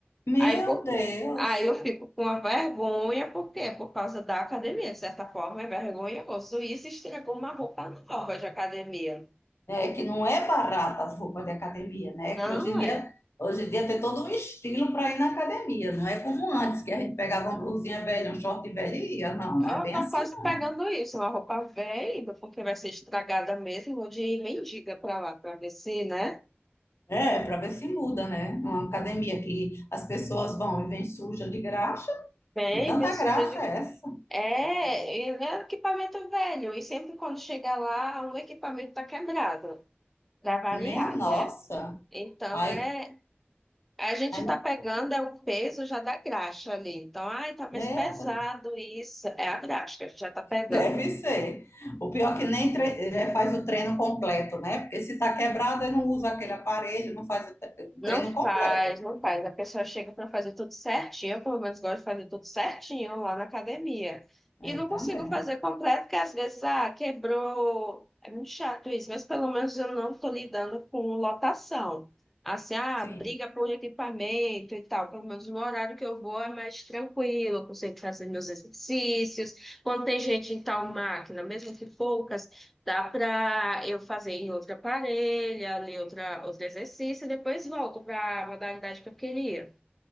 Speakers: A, on the left (about 75°); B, in the centre.
A: Meu
B: Aí, por-
A: Deus.
B: aí eu fico com a vergonha, por quê? Por causa da academia, de certa forma, é vergonhoso. Isso estragou uma roupa nova de academia.
A: né? Que não é barata as roupas de academia, né?
B: Não
A: Que hoje em dia,
B: é?
A: hoje em dia tem todo um estilo para ir na academia. Não é como antes, que a gente pegava uma blusinha velha, um short velho e ia. Não,
B: Eu
A: não é bem
B: tô
A: assim.
B: quase pegando
A: não.
B: isso, uma roupa velha, porque vai ser estragada mesmo. Vou de mendiga pra lá, pra ver se, né?
A: É, para ver se muda, né? Uma academia que as pessoas vão e vêm suja de graxa.
B: Bem,
A: Que tanta
B: bem suja
A: graxa
B: de.
A: é essa?
B: É, e é um equipamento velho, e sempre quando chega lá, o equipamento tá quebrado, pra variar,
A: Meia nossa.
B: né? Então,
A: Ai,
B: é A gente
A: ai
B: está
A: não,
B: pegando é o peso já da graxa ali. Então, ai, tá mais
A: merda.
B: pesado isso. É a graxa que a gente já está pegando.
A: Deve ser. O pior é que nem tre- eh, faz o treino completo, né? Porque se tá quebrada, não usa aquele aparelho, não faz o tre- o
B: Não
A: treino
B: faz,
A: completo.
B: não faz. A pessoa chega para fazer tudo certinho. Eu, pelo menos, gosto de fazer tudo certinho lá na academia. E
A: Eu
B: não consigo
A: também.
B: fazer completo, porque às vezes, ah, quebrou. É muito chato isso, mas pelo menos eu não estou lidando com lotação. Assim, ah,
A: Sim,
B: briga por equipamento e tal. Pelo menos no horário que eu vou é mais tranquilo, eu consigo fazer meus exercícios. Quando tem gente em tal máquina, mesmo que poucas. Dá para eu fazer em outra parelha, ali outra, outro exercício, e depois volto para a modalidade que eu queria.